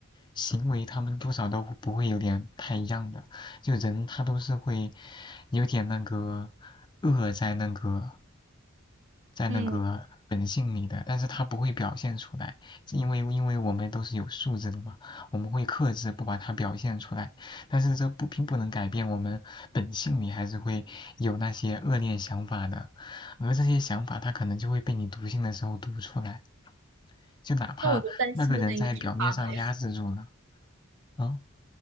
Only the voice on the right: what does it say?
嗯，
那我觉得担心的应该是他们呀，